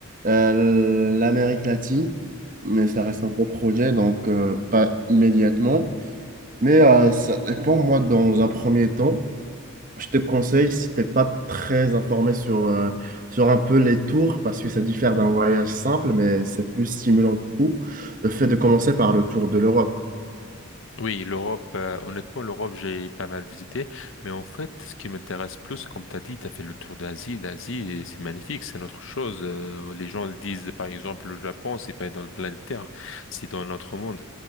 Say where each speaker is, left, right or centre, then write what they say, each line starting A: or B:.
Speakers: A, on the right (about 40°); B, on the left (about 60°).
A: euh, l'Amérique latine, mais ça reste un gros projet, donc euh, pas immédiatement. Mais euh, ça dépend, moi, dans un premier temps. Je te conseille, si t'es pas très informé sur, euh, sur un peu les tours, parce que ça diffère d'un voyage simple, mais c'est plus stimulant du coup, le fait de commencer par le tour de l'Europe.
B: Oui, l'Europe, euh, honnêtement, l'Europe, j'ai pas mal visité, mais en fait, ce qui m'intéresse plus, comme tu as dit, tu as fait le tour d'Asie, l'Asie, et c'est magnifique, c'est notre chose. Euh, les gens le disent, par exemple, le Japon, c'est pas dans le planète Terre, c'est dans notre monde.